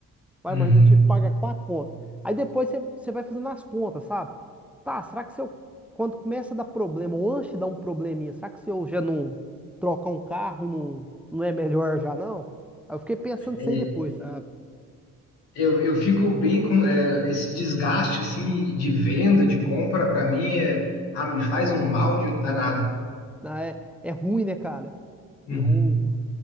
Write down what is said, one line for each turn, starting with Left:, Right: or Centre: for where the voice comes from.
Centre: Vai,
Left: Uhum.
Centre: mas ainda tive que pagar quatro contas. Aí depois você, você vai fazendo as contas, sabe? Tá, será que se eu, quando começa a dar problema, ou antes de dar um probleminha, será que se eu já não trocar um carro, não, não é melhor já não? Aí eu fiquei pensando isso
Left: É,
Centre: aí depois, sabe?
Left: Eu, eu fico bem com é, esse desgaste assim de venda, de compra, pra mim, é, ah, me faz um mal de, danado.
Centre: Ah, é, é ruim, né, cara?
Left: Uhum.
Centre: Eu,